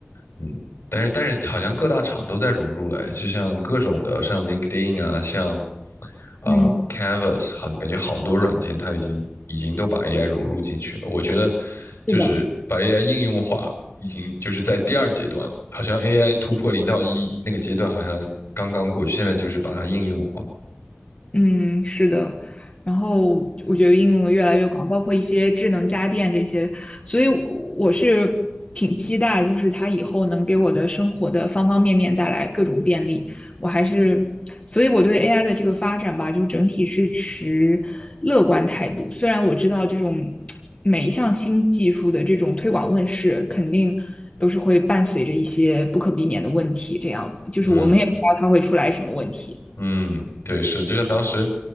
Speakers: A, on the left; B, on the left.
A: 嗯，但是但是好像各大厂都在融入了，哎就像各种的，像 LinkedIn 啊，像啊、
B: 嗯，
A: Canvas，好，感觉好多软件它已经已经都把 AI 融入进去了。我觉得就是把
B: 是的。
A: AI 应用化，已经就是在第二阶段了，好像 AI 突破零到一那个阶段好像刚刚过去，现在就是把它应用化。
B: 嗯，是的。然后我觉得应用得越来越广，包括一些智能家电这些，所以我我是挺期待，就是它以后能给我的生活的方方面面带来各种便利。我还是，所以我对 AI 的这个发展吧，就整体是持乐观态度。虽然我知道这种每一项新技术的这种推广问世，肯定都是会伴随着一些不可避免的问题，这样就是我们也不知道它会出来什么问题。
A: 嗯，嗯，对，是，就像当时